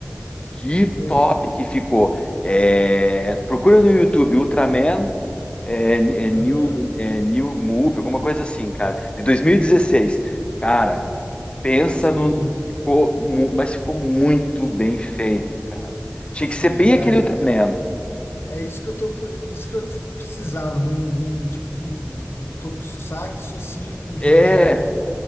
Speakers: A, on the left; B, on the left.
A: que
B: E aí?
A: top que ficou. É, procura no YouTube Ultraman é, é, New,
B: Aham.
A: é, New Move, alguma coisa assim, cara, de 2016. Cara, pensa
B: Sim.
A: no. ficou mu- Mas ficou muito bem feito, cara.
B: Sim,
A: Tinha que ser bem
B: cara.
A: aquele
B: É
A: Ultraman.
B: é isso que eu tô, isso que eu t- precisava de um, de um tipo um, um tokusatsu assim, um remake
A: É,